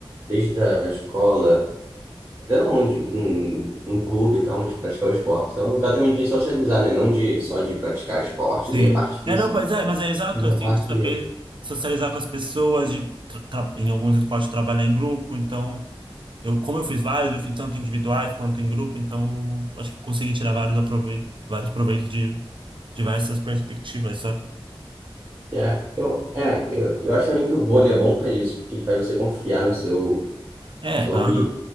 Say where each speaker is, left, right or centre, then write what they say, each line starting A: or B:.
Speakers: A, on the right (about 25°); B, on the right (about 60°).
A: Desde a escola, até onde, num, num clube, e tal, onde praticar o esporte. Então, é um lugar também de socializar, né? Não de, só de praticar esporte
B: sim.
A: ali, a parte física.
B: É, não, pois é, mas é exato,
A: Mas
B: assim,
A: a parte.
B: de saber socializar com as pessoas, de tra- tra- em alguns esportes trabalhar em grupo, então eu, como eu fiz vários, eu fiz tanto individuais quanto em grupo, então acho que consegui tirar vários aproveitos, vários proveitos de diversas perspectivas, sabe?
A: É, eu, é, eu, eu acho também que o vôlei é bom por causa disso, porque ele faz você confiar no seu.
B: É,
A: seu
B: ah,
A: amigo,